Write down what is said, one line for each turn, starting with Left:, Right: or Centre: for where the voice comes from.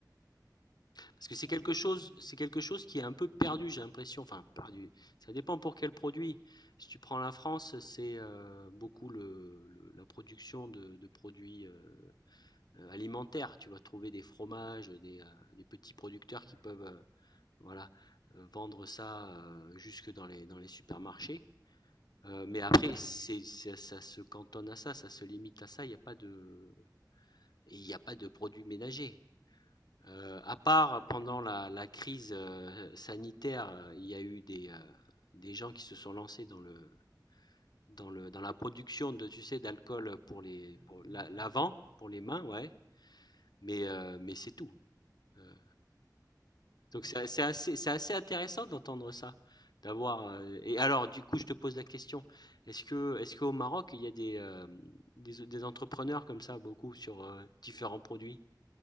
Left: Parce que c'est
Right: En
Left: quelque
Right: effet,
Left: chose
Right: celui.
Left: c'est quelque chose qui est un peu perdu, j'ai l'impression. Enfin perdu, ça dépend pour quel produit. Si tu prends la France, c'est, heu, beaucoup le le la production de de produits, heu euh, alimentaire. Tu vas trouver des fromages, des, euh, des petits producteurs
Right: Eh
Left: qui
Right: oui,
Left: peuvent euh, voilà, euh, vendre ça euh, jusque dans les, dans les supermarchés. Euh, mais
Right: tout
Left: après,
Right: à fait.
Left: c'est, c'est- ça se cantonne à ça, ça se limite à ça. Il n'y a pas de, il n'y a pas de produits ménagers. Euh, à part pendant la, la crise euh, sanitaire, euh, il y a eu des, euh, des gens qui se sont lancés dans le, dans le, dans la production de, tu sais, d'alcool pour les,
Right: De,
Left: pour
Right: oui,
Left: la-
Right: du
Left: l'avant,
Right: gel.
Left: pour les
Right: Oui,
Left: mains, ouais. Mais, euh, mais c'est tout. Euh, Donc
Right: d'accord.
Left: c'est c'est assez, c'est assez intéressant d'entendre ça, d'avoir. euh, et alors, du coup, je te pose la question, est-ce que, est-ce qu'au Maroc, il y a des, euh, des, des entrepreneurs comme ça, beaucoup sur euh, différents produits?